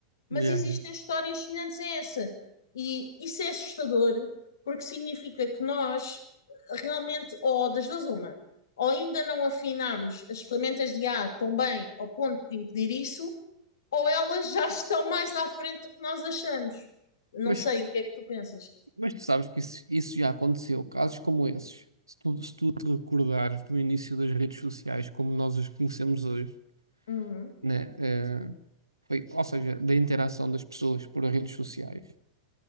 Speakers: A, on the left (about 65°); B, on the right (about 85°).
A: Mas
B: Yeah,
A: existem
B: yeah.
A: histórias semelhantes a essa. E isso é assustador, porque significa que nós realmente, ou das duas uma, ou ainda não afinamos as ferramentas de I a tão bem ao ponto de impedir isso, ou elas já estão mais à frente do que nós achamos. Não
B: Mas,
A: sei, o que é que tu pensas?
B: mas tu sabes que isso, isso já aconteceu, casos como esses. Se tu, se tu te recordares do início das redes sociais como nós as conhecemos hoje,
A: Uhum.
B: né? eh, foi, ou seja, da interação das pessoas por redes sociais.